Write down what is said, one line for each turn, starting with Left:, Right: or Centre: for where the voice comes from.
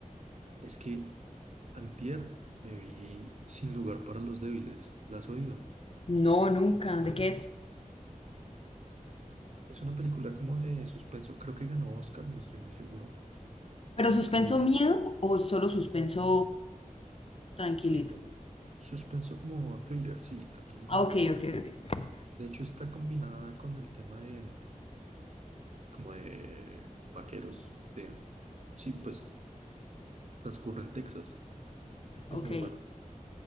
Right: es que antier me vi Sin lugar para los débiles. ¿La has oído?
Left: No, nunca. ¿De qué es?
Right: Es una película como de suspenso, creo que ganó Oscar, no estoy muy seguro.
Left: ¿Pero suspenso
Right: De
Left: miedo o solo suspenso tranquilito?
Right: suspe- suspenso como thriller, sí, tranquilito.
Left: Ah, ok, ok, ok.
Right: De hecho, está combinada con el tema de como de vaqueros, de sí, pues transcurre en Texas. Es
Left: Ok,
Right: muy buena.